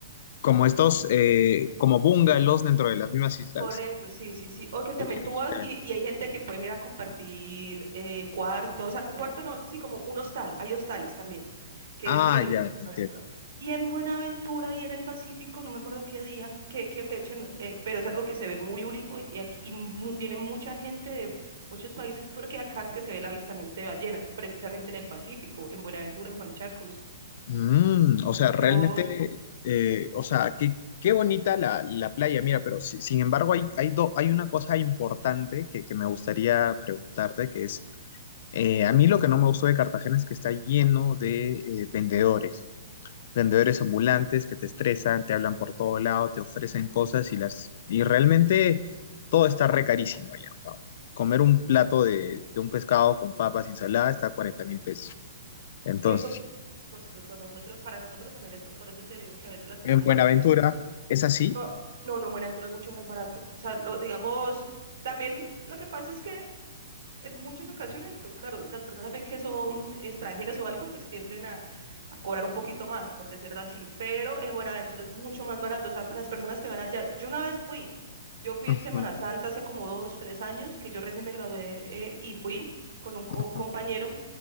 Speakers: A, on the left; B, on the right.
A: Como estos, eh, como bungalows dentro de las mismas islas.
B: Correcto, sí, sí, sí. O que también
A: Oye, qué
B: tú
A: chévere.
B: vas y, y hay gente que puede ir a compartir eh, cuarto, o sea, cu- cuarto no, sí, como un hostal. Hay hostales también, que
A: Ah,
B: hay gente que le gusta
A: ya, te entiendo.
B: la aventura. Y en Buenaventura y en el Pacífico, no me acuerdo qué día, qué, qué fecha, no- eh, pero es algo que se ve muy único y, y aquí y mu- viene mucha gente de muchos países porque acá es que se ve el avistamiento de ballenas, precisamente en el Pacífico, en Buenaventura, en Juan Chacos.
A: Mm, o sea, realmente,
B: Yo,
A: eh, o sea, qué, qué bonita la, la playa. Mira, pero si- sin embargo hay, hay, do- hay una cosa importante que, que me gustaría preguntarte, que es, eh, a mí lo que no me gustó de Cartagena es que está lleno de eh, vendedores. vendedores ambulantes que te estresan, te hablan por todo lado, te ofrecen cosas y las y realmente todo está re carísimo ya. O sea, comer un plato de, de un pescado con papas y ensalada está a 40 mil pesos. Entonces,
B: que eso costoso, nosotros, para nosotros también es, por eso te digo que a veces las personas
A: en Buenaventura
B: de Colombia
A: es así.
B: No, no, no, Buenaventura es mucho más barato. O sea, lo, digamos, también lo que pasa es que en muchas ocasiones, pues claro, las personas ven que son extranjeros o algo, pues tienden a, a cobrar un poquito más, por decirlo así, pero en Buenaventura es mucho más barato, o sea, las personas que van allá, yo una vez fui, yo fui
A: Ujú,
B: en Semana Santa hace como dos, tres años, que yo recién me gradué eh, y fui con un co-
A: ujú.
B: compañero,